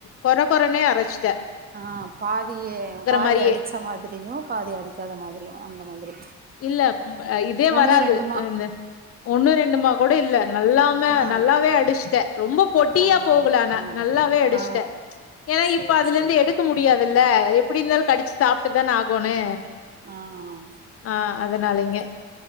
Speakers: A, on the left; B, on the right.
A: கொர கொரனே அரச்
B: ஆஹ் பாதியே பாதி
A: மாரியே.
B: அடிச் ச்ச மாதிரியு பாதி அடிக்காத மாதிரியு அந்த மாதிரி
A: இல்ல ப இதே
B: ஒன்னு
A: வராது
B: ரெண்டுமா
A: இந்த ஒண்ணு ரெண்டுமா கூட இல்ல நல்லாமே
B: ஆ
A: நல்லாவே அடிச்சுட்ட ரொம்ப பொட்டியா
B: நல்லாவே
A: போகலா ஆனா
B: ஆ
A: நல்லாவே அடிஷ்ட்ட
B: ஆ
A: ஏன்னா
B: சரி
A: இப்ப அதுலிருந்து
B: சரி
A: எடுக்க முடியாதுல்ல எப்படி இருந்தாலு கடிச்சு சாப்ட்டுதான ஆகோனு
B: ஆஹ்
A: ஆ அதனாளைங்க